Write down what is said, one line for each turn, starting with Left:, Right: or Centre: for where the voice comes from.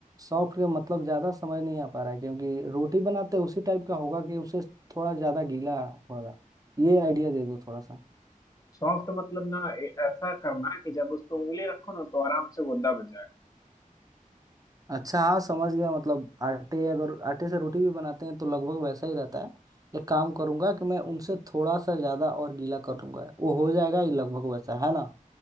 Right: सॉफ्ट का मतलब ज्यादा समझ नहीं आ पा रहा है क्योंकि रोटी बनाते हैं उसी टाइप का होगा कि उसे थोड़ा ज्यादा गीला होगा ये आइडिया दे दो थोड़ा सा
Left: सॉफ्ट मतलब ना ए- ऐसा करना कि जब उस पे उंगली रखो ना तो आराम से वो दब जाए
Right: अच्छा हाँ समझ गया मतलब आटे अगर आटे से रोटी भी बनाते हैं तो लगभग वैसा ही रहता है एक काम करूंगा कि मैं उनसे थोड़ा सा ज्यादा और गीला कर लूंगा वो हो जाएगा ये लगभग वैसा है ना